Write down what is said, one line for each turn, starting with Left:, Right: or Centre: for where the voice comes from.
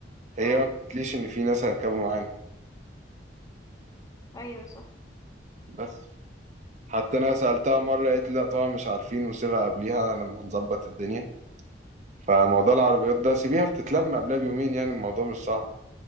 Right: هي
Left: آه.
Right: ما قلتليش ان في ناس هيركبوا معانا
Left: ايوه صح
Right: بس حتى انا سالتها مره قالت لي لا طبعا مش عارفين وسيبها قبليها لما نظبط الدنيا فموضوع العربيات ده سيبيها بتتلم قبلها بيومين يعني الموضوع مش صعب